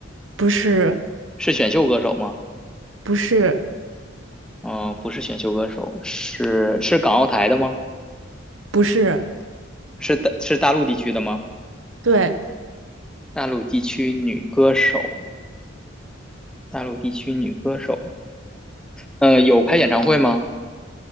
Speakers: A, on the right; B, in the centre.
A: 不是，
B: 是选秀歌手吗？
A: 不是，
B: 嗯、不是选秀歌手，是是港澳台的吗？
A: 不是，
B: 是大是大陆地区的吗？
A: 对，
B: 大陆地区女歌手，大陆地区女歌手，呃，有开演唱会吗？